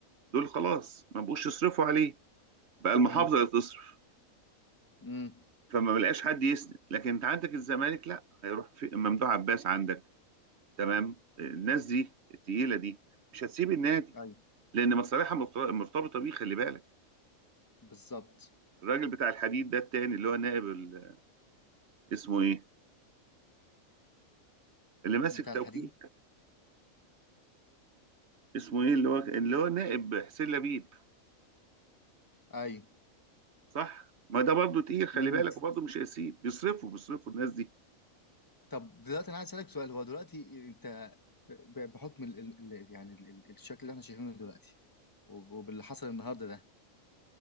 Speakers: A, on the right; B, on the left.
A: دول خلاص ما بقوش يصرفوا عليه بقى المحافظه
B: امم
A: اللي تصرف
B: امم
A: فما بلقاش حد يسند لكن انت عندك الزمالك لا هيروح في ممدوح عباس عندك تمام الناس دي التقيله دي مش هتسيب النادي
B: ايوه
A: لان مصالحها مرت- مرتبطه بيه خلي بالك
B: بالظبط
A: الراجل بتاع الحديد ده التاني اللي هو نائب ال- اسمه ايه اللي ماسك
B: بتاع الحديد
A: توكيل اسمه ايه اللي هو اللي هو نائب حسين لبيب
B: ايوه
A: صح ما ده برضه تقيل خلي
B: امم
A: بالك وبرضه مش هيسيب بيصرفوا بيصرفوا الناس دي
B: طب دلوقتي انا عايز اسالك سؤال هو دلوقتي انت ب- بحكم ال ال ال يعني ال ال الشكل اللي احنا شايفينه دلوقتي وب- وباللي حصل النهارده ده